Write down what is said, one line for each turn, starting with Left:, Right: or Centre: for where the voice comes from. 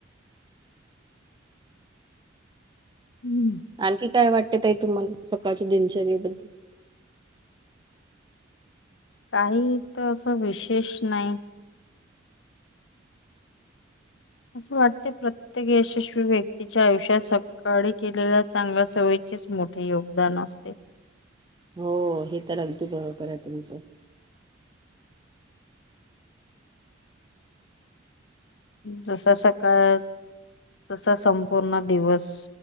Left: हम्म
Right: आणखी काय वाटते ताई तुम्हाला सकाळच्या दिनचरये बद्दल
Left: काही तर असं विशेष नाही. असं वाटते प्रत्येक यशस्वी व्यक्तीच्या आयुष्यात स काळी केलेल्या चांगल्या सवयीचेच मोठे योगदान असते.
Right: हो हे तर अगदी बरोबर आहे तुमचं
Left: जसं सकाळ तसा संपूर्ण दिवस